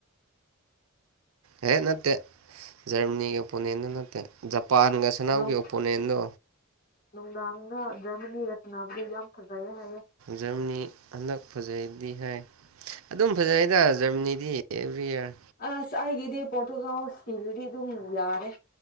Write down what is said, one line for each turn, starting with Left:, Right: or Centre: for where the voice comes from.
Right: ꯍꯦꯛ ꯅꯠꯇꯦ ꯖꯔꯃꯅꯤꯒꯤ ꯑꯣꯄꯣꯅꯦꯟꯗꯨ ꯅꯠꯇꯦ ꯖꯄꯥꯟꯒ ꯁꯅꯥꯎꯒꯤ
Left: ꯅꯨꯡ
Right: ꯑꯣꯄꯣꯅꯦꯟꯗꯣ
Left: ꯅꯨꯡꯗꯥꯡꯗ ꯖꯔꯃꯅꯤ ꯔꯆꯅꯥꯅꯕꯒꯤ ꯌꯥꯝ ꯐꯖꯩꯌꯦ ꯍꯥꯏꯌꯦ
Right: ꯖꯔꯅꯤ ꯍꯟꯗꯛ ꯐꯖꯩꯗꯤ ꯍ ꯑꯗꯨꯝ ꯐꯖꯩꯗ ꯖꯔꯃꯅꯤꯗꯤ ꯑꯦꯕ꯭ꯔꯤ ꯏꯌꯥꯔ
Left: ꯑ ꯑꯁ ꯑꯩꯒꯤꯗꯤ ꯄꯣꯔꯇꯨꯒꯥꯜ ꯁꯤꯗꯨꯗꯤ ꯑꯗꯨꯝ ꯌꯥꯔꯦ